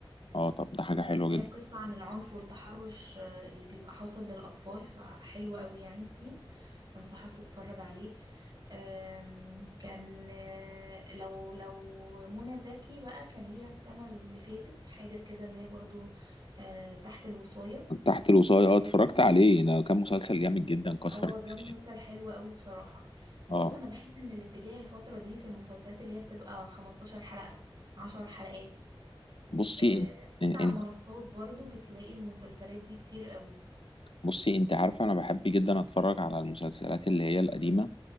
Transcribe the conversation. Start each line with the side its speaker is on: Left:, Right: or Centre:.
Left: اه طب ده حاجة حلوة
Right: هي
Left: جدا
Right: قصة عن العنف والتحرش آه، اللي بيبقى حاصل للأطفال فحلوة قوي يعني أنصحك تتفرج عليه آم، كان آه، لو لو منى زكي بقى كان ليها السنة اللي فاتت حاجة كده اللي هي برضو آه، تحت الوصاية
Left: تحت الوصاية
Right: ده
Left: اه
Right: برضو
Left: اتفرجت عليه ده كان مسلسل جامد جدا كسر
Right: اه
Left: الدنيا
Right: ده مسلسل حلو قوي بصراحة بص
Left: اه
Right: أنا بحس إن الاتجاه الفترة دي في المسلسلات اللي هي بتبقى 15 حلقة 10 حلقات
Left: بصي
Right: آه،
Left: انت
Right: حتى على
Left: انت
Right: المنصات برضو بتلاقي المسلسلات دي كتير قوي
Left: بصي انت عارفة انا بحب جدا اتفرج على المسلسلات اللي هي القديمة